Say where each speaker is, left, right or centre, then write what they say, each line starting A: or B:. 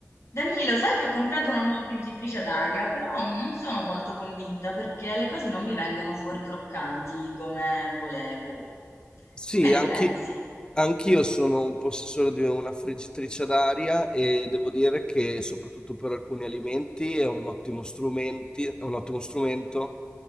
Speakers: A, on the left (about 65°); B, on the left (about 15°).
A: Danilo, sai che ho comprato una nuova friggitrice ad aria, però non sono molto convinta perché le cose non mi vengono fuori croccanti come volevo.
B: Sì,
A: Tu che ne
B: anche,
A: pensi?
B: anch'io sono un possessore di una friggitrice d'aria e devo dire che soprattutto per alcuni alimenti è un ottimo strumenti- è un ottimo strumento,